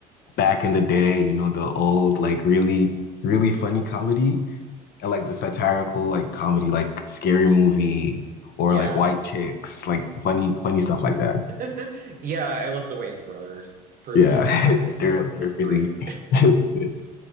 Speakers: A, on the left; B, on the right.
A: back in the day, you know, the old like really, really funny comedy. I like the satirical like comedy, like Scary Movie or
B: Yeah.
A: like White Chicks, like funny, funny stuff like that.
B: <laughs> Yeah, I love the Wayans brothers. Pretty
A: Yeah,
B: much everything
A: <laughs>
B: they do
A: they're they're
B: is great.
A: really <laughs>